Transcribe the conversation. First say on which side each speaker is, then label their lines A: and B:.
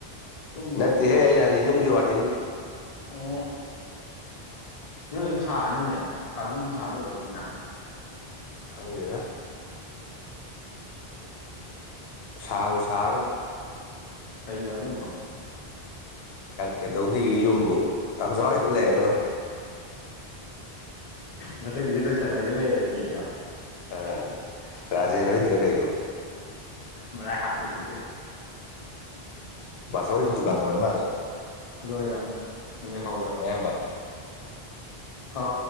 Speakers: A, on the left (about 40°); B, on the left (about 75°).
A: ꯇꯨꯝꯕꯕꯨꯕ
B: ꯅꯠꯇꯦꯍꯦ ꯍꯥꯏꯅ ꯍꯥꯏꯗꯤ ꯌꯨꯝꯒꯤ ꯋꯥꯔꯤꯅꯤ
A: ꯑꯣ ꯅꯣꯏꯁꯨ ꯁꯥꯛꯑꯅꯤꯅꯦ ꯀꯥꯕꯤꯁꯨ ꯁꯥꯠꯂꯣꯏꯗꯅꯤꯅ
B: ꯈꯪꯗꯦꯗ ꯁꯥ ꯎꯁꯥꯔꯣꯢ
A: ꯀꯩ ꯇꯧꯔꯒꯃ
B: ꯀꯩꯗꯧꯒꯤ ꯌꯨꯝꯕꯨ ꯀꯝꯖꯥꯎ ꯍꯣꯏꯗ ꯂꯩꯔ ꯂꯣꯏꯔꯦ
A: ꯃꯊꯛꯀꯤꯁꯦ ꯂꯣꯏꯁꯤꯜꯂꯒ ꯂꯩꯔꯒꯦ
B: ꯑ ꯔꯥꯖꯦꯟ ꯍꯣꯢꯗ꯭ꯔꯣ ꯀꯩꯅꯣ
A: ꯃꯗꯥ ꯍꯥꯊ ꯎꯕꯤꯖꯦ
B: ꯁ ꯍꯁꯨ ꯑꯗꯨ ꯀꯂ ꯑꯣꯏꯔ ꯃꯅꯤ
A: ꯂꯣꯏꯔꯝ ꯂꯩꯏꯍꯧꯔꯝ
B: ꯑꯌꯥꯝꯕ
A: ꯑ